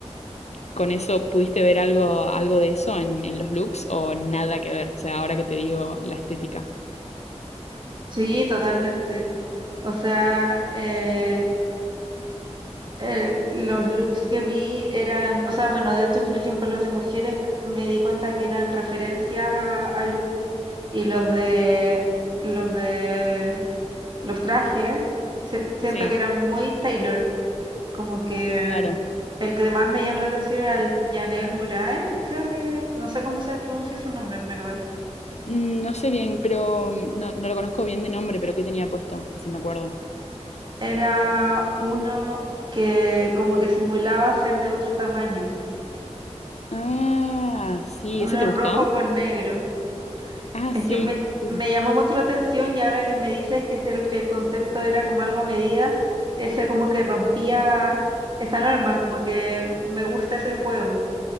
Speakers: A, on the left (about 70°); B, on the right (about 40°).
A: ¿Con eso pudiste ver algo, algo de eso en, en los looks o nada que ver? O sea, ahora que te digo la estética.
B: sí, totalmente. O sea, eh, el- los looks que vi eran, o sea, bueno, de hecho, por ejemplo, los de mujeres me di cuenta que eran referencias a, a looks y los de los de los trajes se- siento
A: Sí,
B: que eran muy Taylor. Como que
A: claro.
B: el que más me llamó la atención era el Janel Moraes, creo que, no sé cómo se pronuncia su nombre en verdad.
A: Mm, No sé bien, pero mm, no, no lo conozco bien de nombre, pero ¿qué tenía puesto? Así me acuerdo.
B: Era uno que como que simulaba ser de otro tamaño,
A: Ah, sí,
B: uno
A: ¿ese te
B: rojo
A: gustó?
B: con negro.
A: Ah,
B: Es
A: sí,
B: que me,
A: sí,
B: me llamó mucho la atención y ahora que me dices que es el que el concepto era como algo a medida, ese como que rompía esa norma, como que me gusta ese juego.